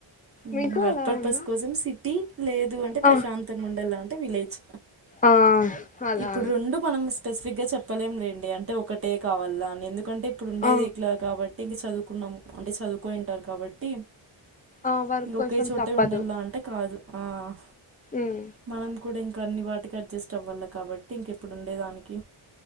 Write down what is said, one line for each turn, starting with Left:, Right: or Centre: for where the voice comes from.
Right: ఉమ్
Left: మీకు
Right: వర్క్
Left: అలా
Right: పర్పస్
Left: ఉన్నా
Right: కోసం సిటీ లేదు అంటే
Left: ఆ
Right: ప్రశాంతంగా ఉండాలంటే విలేజ్.
Left: ఆ అలా
Right: ఇప్పుడు రెండు మనం స్పెసిఫిక్ గా చెప్. విఫలయం లేండి అంటే ఒకటే కావాలాని ఎందుకంటే ఇప్పుడు ఉండేది
Left: ఆ
Right: ఇట్లా కాబట్టి ఇంక చదువుకున్నాం. అంటే చదువుకోయింటారు కాబట్టి.
Left: ఆ వర్క్
Right: ఇంకా
Left: కోసం
Right: ఒకే చోటే
Left: తప్పదు
Right: ఉండలా అంటే కాదు. ఆహ్
Left: ఉమ్
Right: మనం కూడా ఇంకా. ఇంకా అన్ని వాటికి అడ్జస్ట్ అవ్వాలి. కాబట్టి ఇంకేప్పుడు ఉండే దానికి.